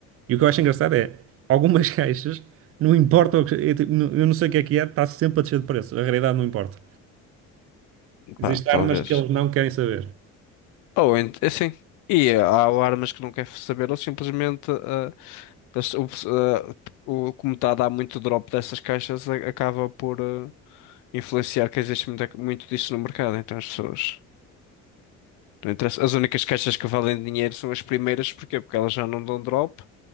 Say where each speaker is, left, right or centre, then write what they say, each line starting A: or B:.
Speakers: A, on the right; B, on the left.
A: E o que eu acho engraçado é, algumas <laughs> caixas, não importa, o que- eu não sei o que é que é, está sempre a descer de preço, a raridade não importa. Existem
B: pá, talvez.
A: armas que eles não querem saber.
B: Ou ent- é assim. E há armas que não quer saber, ou simplesmente ah, eles- o, pes- ah, o- como está a dar muito drop dessas caixas, a- acaba por. ah, influenciar que existe muita- muito disso no mercado, então as pessoas. Não interessa. As únicas caixas que valem dinheiro são as primeiras, porquê? Porque elas já não dão drop